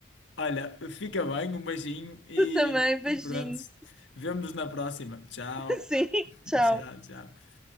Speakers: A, on the left (about 85°); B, in the centre.
A: Olha, fica bem, um beijinho
B: <laughs>
A: e,
B: Tu também, beijinho.
A: e pronto. Vemo-nos na próxima. Tchau,
B: <laughs> Sim,
A: <laughs>
B: tchau.
A: tchau, tchau.